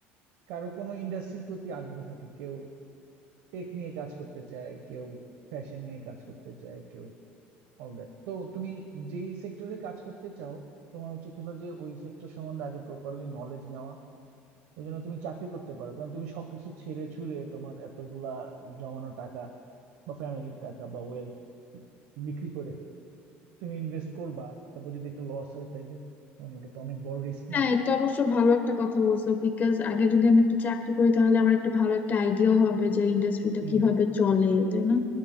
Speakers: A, on the right; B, on the left.
A: কারো কোনো ইন্ডাস্ট্রির প্রতি আগ্রহ থাকে কেউ টেক নিয়ে কাজ করতে চায় কেউ ফ্যাশন নিয়ে কাজ করতে চায় কেউ অল দ্যাট তো তুমি যেই সেক্টরে কাজ করতে চাও তোমার উচিত হলো যে ওই সেক্টর সম্বন্ধে আগে প্রপারলি নলেজ নেওয়া এই জন্য তুমি চাকরি করতে পারো কারণ তুমি সবকিছু ছেড়ে ছুড়ে তোমার এতগুলা জমানো টাকা বা ফ্যামিলির টাকা বা ওয়েলথ বিক্রি করে তুমি ইনভেস্ট করবা তারপর যদি একটা লস হয় তাহলে মানে ওটা তো অনেক বড় রিস্ক
B: হ্যাঁ
A: না
B: এটা অবশ্য ভালো একটা কথা বলছো বিকজ আগে যদি আমি একটু চাকরি করি তাহলে আমার একটা ভালো একটা আইডিয়াও হবে যে ইন্ডাস্ট্রিটা
A: হুম
B: কিভাবে চলে তাই না